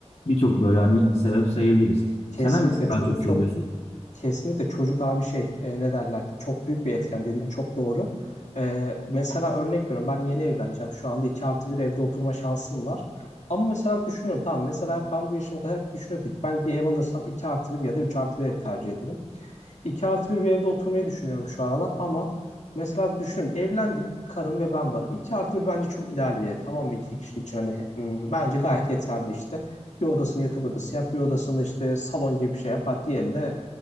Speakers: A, on the left; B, on the left.
A: Birçok böyle hani sebep sayabiliriz.
B: Kesinlikle
A: Sen hangisini daha
B: çocuk
A: çok seviyorsun?
B: çok kesinlikle çocuk abi şey e, ne derler çok büyük bir etken dediğin çok doğru. E, mesela örnek veriyorum ben yeni evleneceğim şu anda 2 artı bir evde oturma şansım var. Ama mesela düşünüyorum tamam mesela ben bu yaşıma kadar hep düşünüyordum. ki Ben bir ev alırsam 2 artı bir ya da 3 artı bir ev tercih ederim. 2 artı bir bir evde oturmayı düşünüyorum şu aralar ama mesela düşünüyorum evlendim karım ve ben varım. iki artı bir bence çok ideal bir ev tamam mı? iki kişi için hani hmm, bence gayet yeterli işte. Bir odasını yatak odası yap bir odasını işte salon gibi bir şey yap. Hadi diğerinde